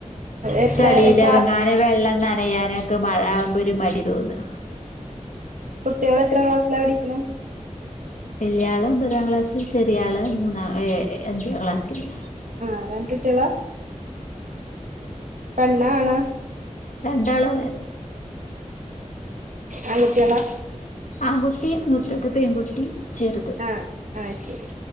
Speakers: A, on the right; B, on the left.
A: എത്ര
B: ചളീലെറങ്ങാന്
A: ക്ലാ
B: വെള്ളം നനയാന് ഒക്കെ മഴ ആകുമ്പോ ഒരു മടി തോന്നാ
A: കുട്ട്യേള് എത്രാം ക്ലസ്സിലാ പഠിക്കണെ
B: വല്യാള് ഒമ്പതാം ക്ലാസ്സില് ചെറിയാള് മൂന്നാം ഏ അഞ്ചാം ക്ലാസ്സില്
A: ആ രണ്ടുട്ട്യേളാ ഉം പെൺ പെണ്ണാ ആണാ?
B: രണ്ടാള്
A: ആൺകുട്ടിയാളാ
B: ആൺകുട്ടി മൂത്തത് പെൺകുട്ടി ചെറുത്
A: ആ ആ അയ്ശെരി